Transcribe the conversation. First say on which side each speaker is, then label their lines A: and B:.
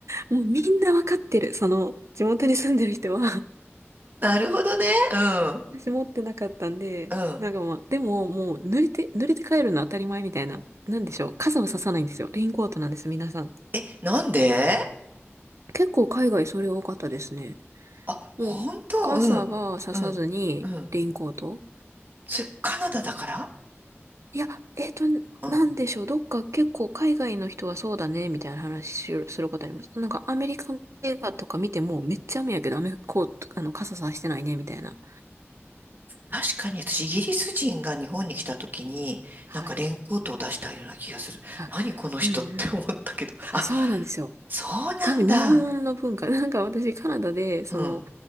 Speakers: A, on the right (about 85°); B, on the right (about 45°).
A: もうみんなわかってる。その、地元に住んでる人は
B: なるほどね。うん。
A: 私持ってなかったんで、
B: うん。
A: なんかまあ、でももう濡れて、濡れて帰るの当たり前みたいな。なんでしょう。傘はささないんですよ。レインコートなんです、皆さん。
B: え、なんで
A: 結構海外それ多かったですね。
B: あ、
A: もう、
B: 本当うん。
A: 傘はささずに、
B: うん。うん。
A: レインコート
B: それカナダだから
A: いや、えっと、
B: うん。
A: なんでしょう。どっか結構海外の人はそうだね、みたいな話しすることあります。なんかアメリカの映画とか見ても、めっちゃ雨やけど、雨、コート、あの、傘さしてないね、みたいな。
B: 確かに私、イギリス人が日本に来た時に、
A: はい。
B: なんかレインコートを出したような気がする。
A: あ、
B: 何この人って思ったけど。
A: うんう
B: あ、
A: ん。そうなんですよ。
B: そうなんだ。
A: 多分日本の文化。<laughs> なんか私カナダで、その、
B: うん。